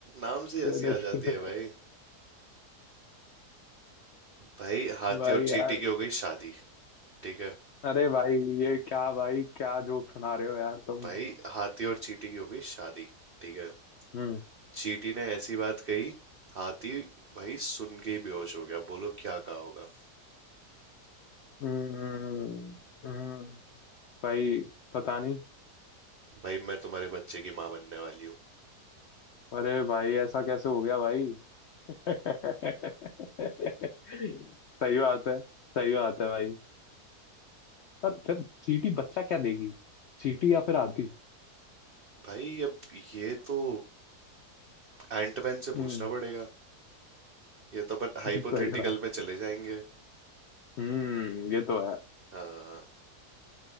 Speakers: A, on the right; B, on the left.
A: नाम से हंसी
B: चलो
A: आ
B: चलो
A: जाती है भाई भाई हाथी
B: भाई
A: और चींटी
B: यार
A: की हो गई शादी ठीक है
B: अरे भाई ये क्या भाई क्या जोक सुना रहे हो यार तुम
A: भाई हाथी और चींटी की हो गई शादी ठीक है
B: हम्म
A: चींटी ने ऐसी बात कही हाथी भाई सुन के ही बेहोश हो गया बोलो क्या कहा होगा
B: हम्म हम्म, हम्म। भाई पता नहीं
A: भाई मैं तुम्हारे बच्चे की माँ बनने वाली हूँ
B: अरे भाई ऐसा कैसे हो गया भाई सही बात है सही बात है भाई पर फिर चींटी बच्चा क्या देगी चींटी या फिर आंधी
A: भाई अब ये तो एंटमैन से
B: हम्म
A: पूछना पड़ेगा ये तो अपन
B: <laughs>
A: हाइपोथेटिकल
B: सही बात
A: में चले जाएंगे
B: हम्म ये तो है
A: हाँ